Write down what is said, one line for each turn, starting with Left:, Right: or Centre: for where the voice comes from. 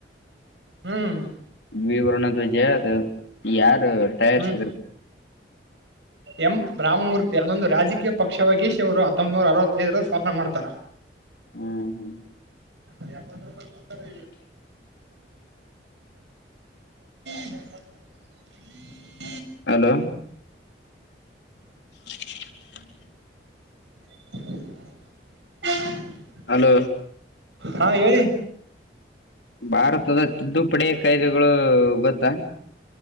Right: ಹ್ಮ್
Left: ವಿ ವರ್ಣದುಜ ಯ ಟಯರ್ರ್
Right: ಹ್ಮ್ ಎಂ ರಾಮಮೂರ್ತಿ ಅದೊಂದು ರಾಜಕೀಯ ಪಕ್ಷವಾಗಿಗ ಶ ಅವರು ಹತ್ತೊಂಬನೂರ ಅರವತ್ತೈದರ ಸ್ಥಾಪನೆ ಮಾಡ್ತಾರ
Left: ಹ್ಮ್ ಹ್ಮ್
Right: ಅ ಯ ಪತ್ರಪ ಕುೂತ <inaudible> <inaudible>
Left: ಹಲೋ <inaudible>
Right: <inaudible>
Left: ಹಲೋ
Right: ಹಾ ಹೇಳಿ
Left: ಭಾರತದ ತಿದ್ದುಪಡಿ ಕಾಯ್ದೆಗಳು ಗೊತ್ತಾ